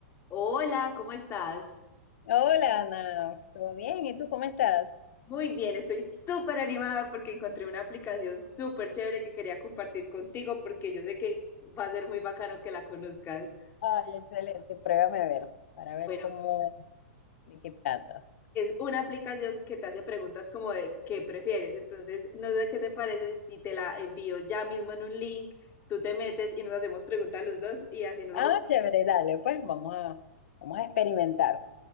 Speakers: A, on the left; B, on the left.
A: Hola, ¿cómo estás?
B: Hola Ana, ¿todo bien? ¿Y tú cómo estás?
A: Muy bien, estoy súper animada porque encontré una aplicación súper chévere que quería compartir contigo porque yo sé que va a ser muy bacano que la conozcas.
B: Ay, excelente, pruébame a ver, para ver
A: Bueno,
B: cómo, de qué trata.
A: es una aplicación que te hace preguntas como de qué prefieres. Entonces, no sé qué te parece si te la envío ya mismo en un link, tú te metes y nos hacemos preguntas los dos y así nos
B: Ah,
A: vamos.
B: chévere, dale, pues vamos a, vamos a experimentar.